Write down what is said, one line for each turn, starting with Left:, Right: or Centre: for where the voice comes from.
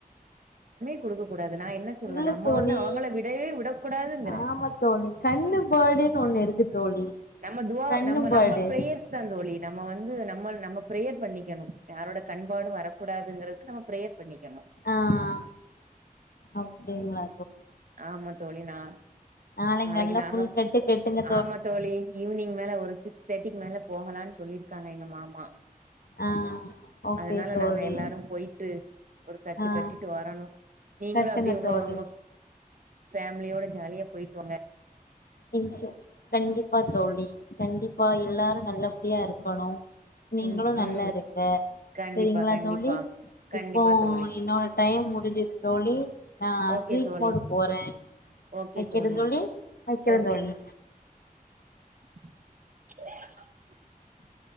Right: கொழுக்கப்பட் டாது நா என்ன சொல்லனா
Left: இல்ல
Right: நம்ம
Left: தோழி
Right: வந்து அவுங்கள விடவே விடக்கூடாதுங்றே
Left: ஆமா தோழி கண்ணுபாடுன்னு ஒண்ணு இருக்கு தோழி
Right: நம்ம துவா
Left: கண்ணுபாடு
Right: நம்ம நம்ம பிரேயர்ஸ் தா தோழி நம்ம வந் து நம்மல் நம்ம பிரேயர் பண்ணிகணு யாரோட கண்பாடு வரக்கூடாதுங்றக்கு நம்ம பிரேயர் பண்ணிகனு
Left: ஆஹ் அப்டிங்ளா
Right: ஆமா தோழி நா
Left: நாளைக்கு
Right: நாளைக்
Left: நல்லா
Right: நாங்க
Left: புல் கட்டு கட்டுங்க
Right: ஆமா தோழி ஈவினிங் மேல ஒரு சிக்ஸ் தே டிக்கு மேல போகலான்ச் சொல்லிருக்காங்க எங்க மாமா
Left: ஆ ஓகே
Right: அதனால
Left: தோழி
Right: நாங்க எல்லாரு போய்ட்டு ஒரு கட்டு
Left: ஆ
Right: கட்டிட்டு வரணு நீங்களு
Left: கட்டுங்க
Right: அப்டியே உங்க
Left: தோழி
Right: உங்க ஃபேமிலியோட ஜாலியா போய்ட்டுவாங்க
Left: ம் சர் கண்டிபா தோழி கண்டிப்பா எல்லாரு நல்லப்டியாருக்குணு நீங்களு
Right: ம்
Left: நல்லாருங்க
Right: ம் கண்டிப்பா
Left: செரிங்ளா
Right: கண்டிப்பா
Left: தோழி
Right: கண்டிப்பா
Left: இப்போ
Right: தோழி
Left: என்னோட டைம் முடுஞ்சுது தோழி நா
Right: ஓகே
Left: ஸ்லீப்
Right: தோழி
Left: மோடுக் போறே
Right: ஓகே
Left: ஐ <unintelligible>
Right: தோழி
Left: <inaudible> <inaudible> வைக்கிரந்
Right: ஓகே
Left: தோழி
Right: <inaudible>